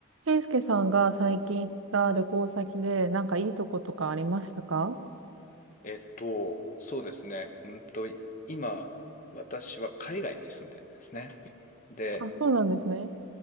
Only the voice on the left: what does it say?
えっと、そうですね。うんと、今、私は海外に住んでるんですね。で、